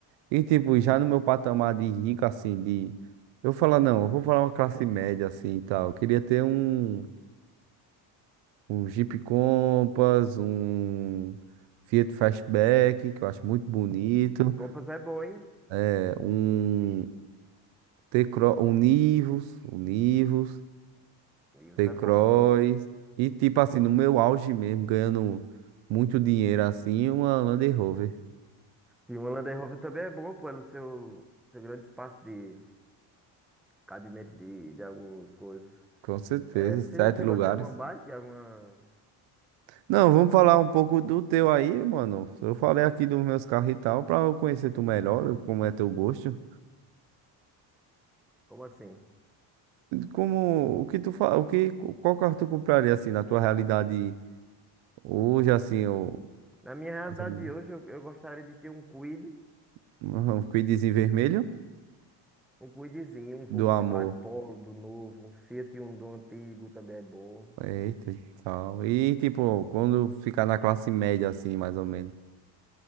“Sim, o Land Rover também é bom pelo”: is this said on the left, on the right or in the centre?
Centre